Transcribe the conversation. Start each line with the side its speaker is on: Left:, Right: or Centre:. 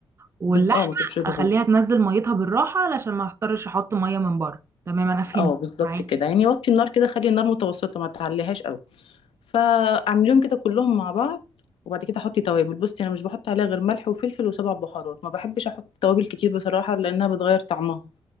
Right: واللحمة
Left: بز... اه ما تبشرهوش
Right: اخليها تنزل ميتها بالراحة علشان ما اضطرش احط مية من بره تمام انا فهمت
Left: اه بالظبط
Right: معاكي
Left: كده يعني وطي النار كده خلي النار متوسطة ما تعليهاش قوي فاعمليهم كده كلهم مع بعض وبعد كده حطي توابل بصي انا مش بحط عليها غير ملح وفلفل وسبع بهارات ما بحبش احط توابل كتير بصراحة لانها بتغير طعمها